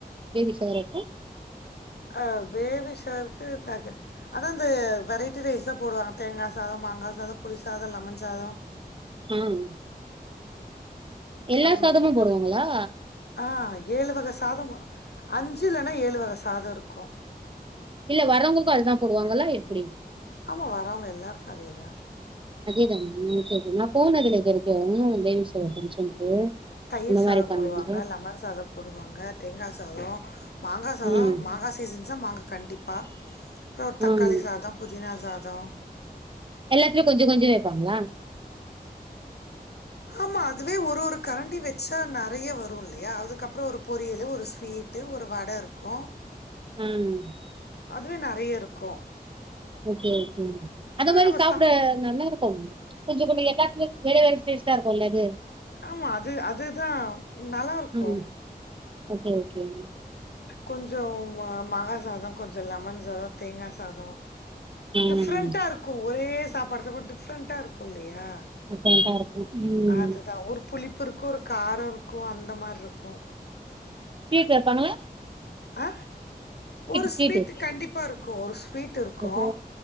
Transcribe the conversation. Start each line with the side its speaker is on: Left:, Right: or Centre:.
Right: பேபி ஷவருக்கு
Left: ஆ பேபி ஷவருக்கு தாங்க அதா அந்த வெரைட்டி ரைஸ் தா போடுவாங்க தேங்கா சாத மாங்கா சாதம புளி சாத லெமன் சாத
Right: ம் எல்லா
Left: அந்த
Right: சாதமு
Left: மாதிரி தான்.
Right: போடுவாங்களா
Left: ஆ ஏழு வக சாதோ அஞ்சு இல்லன்னா ஏழு வக சாதோ இருக்கு
Right: இல்ல வர்றவங்களுக்கு அதுதா போடுவாங்கலா எப்டி
Left: ஆமா வரவங்க எல்லாருக்கு அதேதா
Right: அதேதா <unintelligible> போனதில்ல இதுவரைக்கு பேபி ஷோவர் பங்கஷனுக்கு
Left: தயிர்
Right: இந்த
Left: சாதம்
Right: மாரி பண்ணாங்க
Left: போடுவாங்க லெமன் சாதோ போடுவாங்க தேங்கா சாதோ மங்கா சாதோ
Right: ம்
Left: மங்கா சா சீசன்ஸா மாங்கா கண்டிப்பா அப்றோ ஒரு தக்காளி
Right: ம்
Left: சாதோ புதினா சாதோ
Right: எல்லாத்துலயு கொஞ்சோ கொஞ்சோ வெப்பாங்க
Left: ஆமா அதுவே ஒரு ஒரு கரண்டி வெச்சா நெறய வரு இல்லயா அதுக்கப்றோ ஒரு பொரியலு ஒரு ஸ்வீட் டு ஒரு வட இருக்கு
Right: ம்
Left: அதுவே நெறய இருக்கு
Right: ஓகே ஓகே அத மாரி
Left: நம்ம
Right: சாப்ட
Left: சா
Right: நல்லா இருக்கு கொஞ்ச கொஞ்ச எல்லாத்து வேற வேற டேஸ்ட் இருக்குல்ல அது
Left: ஆமா அது அதுதா நல்லா இருக்கு
Right: ம் ஓகே ஓகே
Left: கொஞ்சோ மாங்கா சாதோ கொஞ்சோ லெமன் சாதோ தேங்கா சாதோ டிஃப்ரெண்டா
Right: ம்
Left: இருக்கு ஒரே சாப்பாடு சாப்ட டிஃப்ரெண்ட்டா இருக்கு இல்லயா
Right: டிஃப்ரெண்டா இருக்கு ம்
Left: அதுதா ஒரு புளிப்பு இருக்கு ஒரு காரோ இருக்கு அந்த மாரி இருக்கு
Right: ஸ்வீட் வெப்பாங்களா
Left: ஆ ஒரு
Right: ஸ்வீட்டு
Left: ஸ்வீட் கண்டிப்பா இருக்கு ஒரு ஸ்வீட் இருக்கு
Right: ஓ